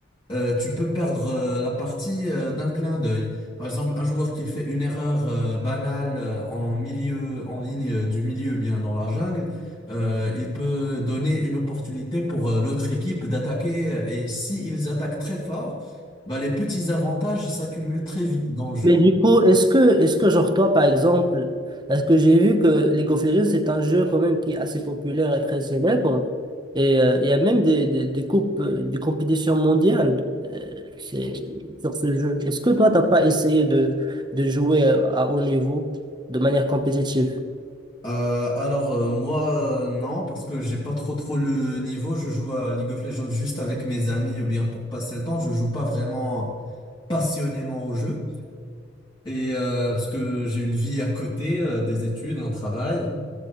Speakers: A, on the left; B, on the right.
A: euh, tu peux perdre euh, la partie euh, d'un clin d'œil. Par exemple, un joueur qui fait une erreur euh, banale euh, en milieu, en ligne euh, du milieu, bien dans la jungle, euh, il peut donner une opportunité pour euh, l'autre équipe d'attaquer. euh, Et si ils attaquent très fort, bah, les petits avantages s'accumulent très vite dans le jeu.
B: Mais du coup, est-ce que, est-ce que genre toi, par exemple, parce que j'ai vu que League of Legends, c'est un jeu quand même qui est assez populaire et très célèbre, et euh, il y a même des, des, des coupes, euh, des compétitions mondiales euh, c'est, sur ce jeu. Est-ce que toi, t'as pas essayé de, de jouer euh, à haut niveau de manière compétitive?
A: Euh, alors euh, moi euh, non parce que j'ai pas trop trop le niveau. Je joue à League of Legends juste avec mes amis ou bien pour passer le temps. Je joue pas vraiment passionnément au jeu. Et euh, parce que j'ai une vie à côté euh, des études, un travail.